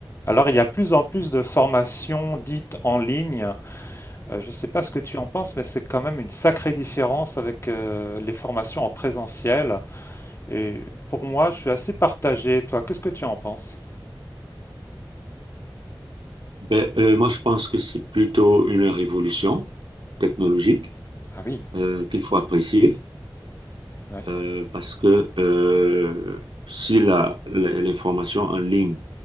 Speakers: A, on the left; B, on the right.
A: Alors, il y a plus en plus de formations dites en ligne. Euh, je ne sais pas ce que tu en penses, mais c'est quand même une sacrée différence avec euh, les formations en présentiel. Et pour moi, je suis assez partagé. Toi, qu'est-ce que tu en penses?
B: Ben, euh, moi, je pense que c'est plutôt une révolution technologique
A: Ah oui,
B: euh, qu'il faut apprécier
A: oui,
B: euh, parce que euh, si la, la- les formations en ligne